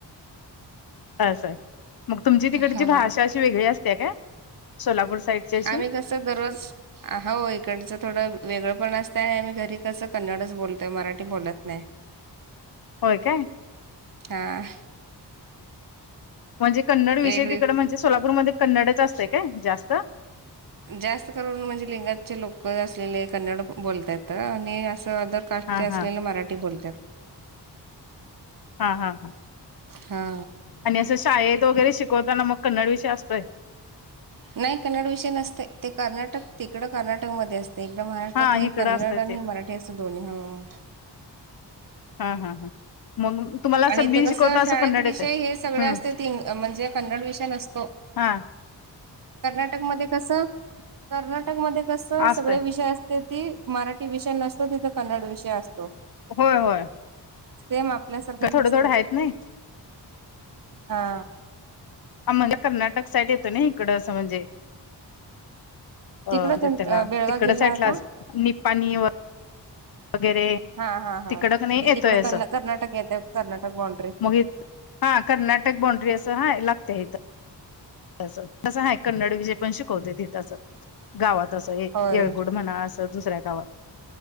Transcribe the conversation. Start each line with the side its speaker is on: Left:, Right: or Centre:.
Left: असर मग तुमची तिकडची
Right: हा
Left: भाषा अशी वेगळी असते का सोलापूर. साईडची अशी
Right: आम्ही कसं दररोज. हो इकडचं थोडं वेगळं पण असतं आणि आम्ही घरी कसं कन्नडच बोलतोय मराठी बोलत नाहीय.
Left: होय काय.
Right: हा.
Left: म्हणजे कन्नड
Right: वेगळी
Left: विषय तिकड म्हणजे सोलापूरमध्ये कन्नडच असतें का जास्त
Right: जास्त करून म्हणजे लिंगातचे लोक असलेले कन्नड बोलतात अ आणि असं अर कास्
Left: हा
Right: असलेले
Left: हा
Right: मराठी बोलतात.
Left: हा हा हा
Right: हा
Left: आणि असं शाळेत वगैरे शिकवताना मग कन्नड विषय असतोय.
Right: नाही कन्नड विषयी नसते ते कर्नाटक तिकडं कर्नाटकमध्ये असते. एकदा महाराष्ट्रात
Left: हा
Right: हे
Left: इकडं
Right: कन्नड
Left: असतय
Right: आणि
Left: ते
Right: हे मराठी असं दोन्ही ह ह
Left: हा हा हा मग तुम्हाला असं
Right: आणि इतेे
Left: बी
Right: कस
Left: शिकवता असं
Right: शाळेत
Left: कन्नड
Right: विषय
Left: येतय
Right: हे सगळे
Left: हम्म
Right: असते ते म्हणजे कन्नड विषय नसतो.
Left: हां.
Right: कर्नाटक मध्ये कसं कर्नाटक मध्ये कसं
Left: असतय
Right: सगळे विषय अस ते ती मराठी विषय नसतो तिथं कन्नड विषय असतो.
Left: होय होय.
Right: सेम आपल्यासारखंच
Left: थोडं
Right: असते
Left: थोडं आहेत
Right: ती
Left: नाही
Right: हा
Left: ह म्हणजे कर्नाटक साईड येतो ना इकडं असं म्हणजे अ
Right: तिकडं तुम
Left: त्याला
Right: बेळगाव
Left: तिकड
Right: जिल्हा
Left: साईडला
Right: का
Left: अस निपाणी व वगैरे
Right: हा हा हा
Left: तिकड कणी
Right: ते
Left: येतोय
Right: तिकड
Left: असं
Right: कर् कर्नाटक येत कर्नाटक बॉण्ड्री
Left: मग हा कर्नाटक बॉण्डरी असं हा लागते इथं तस तसं हा कन्नड विजय पण शिकवते ति तसं गावात असं
Right: होय
Left: येळगुड म्हणा अस. दुसऱ्या गावात